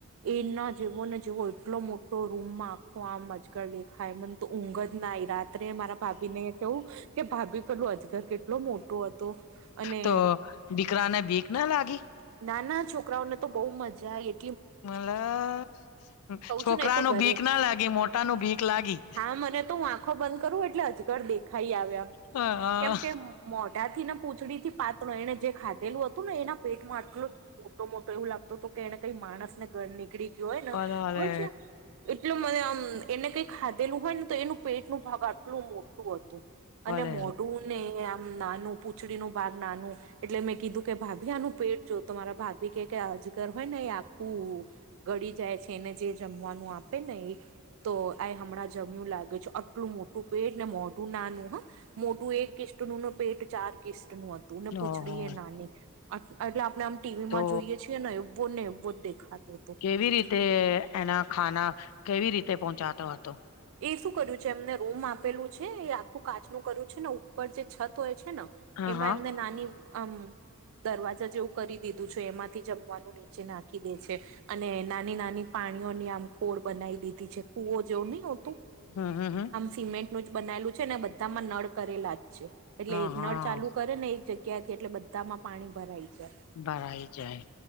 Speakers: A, on the right; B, on the left.
A: એ ના જેવો ને જેવો એટલો મોટો રૂમમાં આખો આમ આજગર દેખાય મન તો ઊંઘજ ના આઈ રાત ત્રે મારા ભાભી ને કેવું કે ભાભી પેલું અજગર કેટલો મોટો હતો અને
B: તો દીકરાને બીક ના લાગી?
A: ના, ના, છોકરાઓને તો બઉ મજા આઈ.
B: હા
A: કઉ
B: છોકરાનું
A: છું ને એ તો ઘરે
B: ભીક ના લાગી મોટા નુ ભીક લાગી
A: હા મને તો ઉં આંખો બંધ કરું એટલે અજગર દેખાઈ આવે એમ
B: હા
A: કેમ કે મોઢા થી ને પૂંછડીથી પાતળો એણે જે ખાધેલું હતું ને એના પેટમાં આ ગળ મોટો મોટો એવું લાગતો તો કે એને કઈ માણસને ગર નીકળી ગયો હોય ને
B: ભલે
A: ખબર
B: ભલે
A: છે એટલુ મને આમ એને કઈ ખાધેલું હોય ને તો એનું પેટ નું ભાગ આટલું મોટું અતુ.
B: ભલે
A: અને મોઢુ ને એનેઞઆમ નાનું પૂંછડીનું ભાગ નાનું એટલે મેં કીધું કે ભાભી આનું પેટ જો તો મારા ભાભી કે કે આ અજગર હોય ને એ આખું ગળી જાય છે એને જે જમવાનું આપે ને એ તો આય હમણાં જમ્યું લાગે છે આટલું મો ટુ પેટને મોઢું નાનું હં, મોઢું એક કિસ્ટનું ને પેટ ચાર કિસ્ટનું અ તું ને
B: ભલે
A: પૂછડી
B: ઓહો
A: એ નાની અન એટલે આપણે આમ ટી વી
B: તો
A: માં જોઈએ છીએ ને એવ બોલને એવો જ દેખાતો તો
B: કેવી રીતે એના ખાના કેવી રીતે પહોંચાતો હતો.
A: એ શું કર્યું છે એમને રૂમ આપેલું છે એ આખું કાચનું કર્યું છે ને ઉપર જે છત હોય છે ન
B: હા
A: એમાં
B: હા
A: એમને નાની આમ દરવાજા જેવું કરી દીધું છે, એમાંથી જમવાનું નીચે નાંખી દે છે. અને નાની નાની પાણીઓની આમ કોળ બનાઈ દીધી છે કુવો જેવું નઈ હોતું.
B: હમ, હમ, હમ્મ.
A: સિમેન્ટનું જ બનાયલું છે ને બધામાં નળ કરેલા જ છે એટલે
B: હા
A: એ
B: હા
A: નળ ચાલુ કરે ને જગ્યાથી એટલે બધામાં પાણી ભરાય જાય.
B: ભરાઈ જાય.